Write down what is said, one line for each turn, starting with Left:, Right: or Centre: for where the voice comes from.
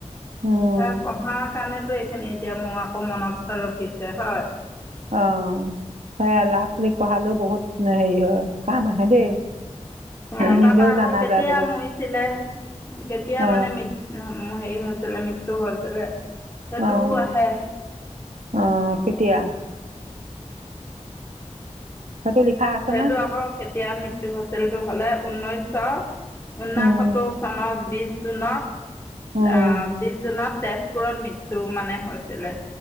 Right: উম
Left: হয় পঢ়াৰ কাৰণে টো এইখিনি এতিয়া মই আকৌ মনত ৰাখিছে হয়
Right: অঁ সেয়া ল'ৰা ছোৱালীক পঢ়ালেও বহুত হেৰি হয়। কাম আহে দেই।
Left: উম
Right: নিজেও
Left: তাৰ পৰা আকৌ
Right: জানা
Left: কেতিয়া
Right: যায় বহুত
Left: মৰিছিলে কেতিয়া
Right: অ
Left: মানে মি হেৰি হৈছিলে মৃত্যু হৈছিলে সেইটো
Right: অহ
Left: আহে
Right: অহ কেতিয়া? সেইটো লিখা আছে
Left: সেইটো
Right: নে?
Left: আকৌ কেতিয়া মৃত্যু হৈছিল? সেইটো হ'লে ঊনৈছশ ঊনাসত্তৰ
Right: উম,
Left: চনত বিছ জুনত।
Right: উম,
Left: আহ বিশ জুনত। তেজপুৰত মৃত্যু মানে হৈছিলে।